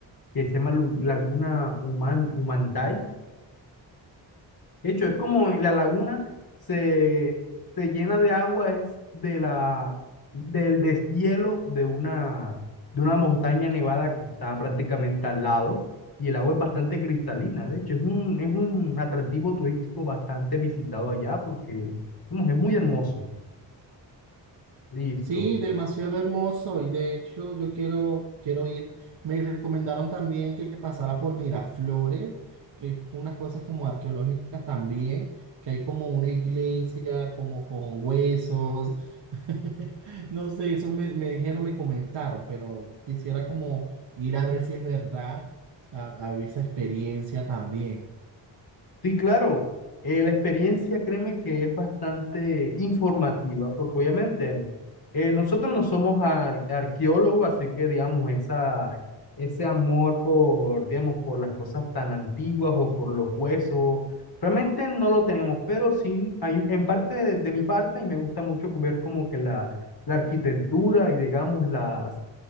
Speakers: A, on the left; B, on the right.
A: que se llama Lu- Laguna Human, Humantay. De hecho, es como la laguna se, se llena de agua, es de la, del deshielo de una, de una montaña nevada que está prácticamente al lado y el agua es bastante cristalina. De hecho, es un, es un atractivo turístico bastante visitado allá porque vamos, es muy hermoso. Listo.
B: Sí, demasiado hermoso y de hecho yo quiero, quiero ir. Me recomendaron también que pasara por Miraflores, que es unas cosas como arqueológicas también, que hay como una iglesia como con huesos. <laughs> No sé, eso me, me dijeron, me comentaron, pero quisiera como ir a ver si es verdad, a, a vivir esa experiencia también.
A: Sí, claro. Eh, la experiencia, créeme que es bastante informativa, porque obviamente eh, nosotros no somos ar- arqueólogos, así que digamos, esa, ese amor por, digamos, por las cosas tan antiguas o por los huesos, realmente no lo tenemos, pero sí, hay, en parte de, de mi parte, y me gusta mucho ver como que la, la arquitectura y digamos la